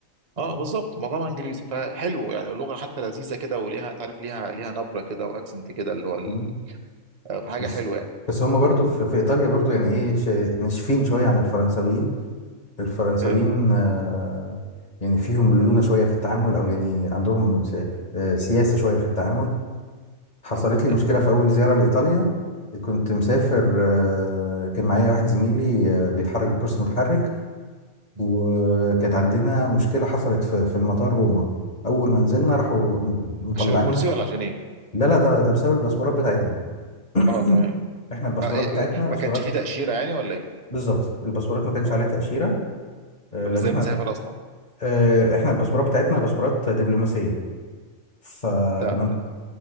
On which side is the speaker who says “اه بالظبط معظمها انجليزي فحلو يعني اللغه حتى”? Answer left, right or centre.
Right